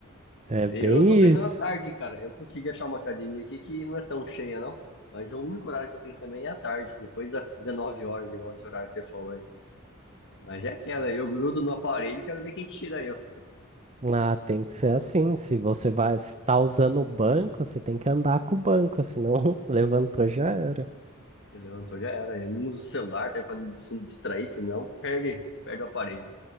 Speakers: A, on the right; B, on the left.
A: É
B: Eu
A: bem
B: tô treinando
A: isso.
B: à tarde, cara. Eu consegui achar uma academia aqui que não é tão cheia, não. Mas o único horário que eu tenho também é à tarde, depois das 19 horas, igual esse horário que você falou aí. Mas é aquela, eu grudo no aparelho e quero ver quem tira eu. <laughs>
A: Ah, tem que ser assim. Se você vai estar usando o banco, você tem que andar com o banco, senão <laughs> levantou já era.
B: Ele levantou, já era. Eu não uso o celular, tá? Pra não se não distrair, senão perde, perde o aparelho.